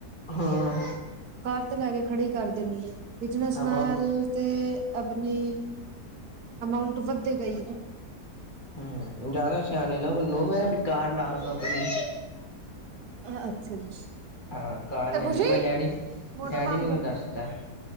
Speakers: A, on the left; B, on the right.
A: ਹਮ
B: ਕਾਰ ਤੇ ਲੈਕੇ ਖੜੀ ਕਰ ਦੇਣੀ ਏ, ਬਿਜਨਸ
A: ਹਵਾ
B: ਨਾਲ ਤੇ ਅਗਲੀ, ਅਮਾਊਂਟ ਵੱਧੇ ਗਾਈ ਨਾ।
A: ਹੁੰ, ਜਾਦਾ ਸਿਆਣੇ ਨਾ ਬਣੋ, ਮੈਂ ਵੀ ਕਾਰ ਲਾਗਾਂ ਅਪਨੀ
B: ਅ ਅੱਛਾ ਜੀ।
A: ਆਹ ਕਾਰ
B: ਤੇ
A: ਲੈਂਨੀ
B: ਖੁਸ਼ੀ
A: ਏ ਮੈਂ ਡੈਡੀ
B: ਮੋਟਰ
A: ਡੈਡੀ
B: ਬੰਦ
A: ਨੂੰ
B: ਕਰੀ
A: ਵੀ ਦੱਸਤੈ।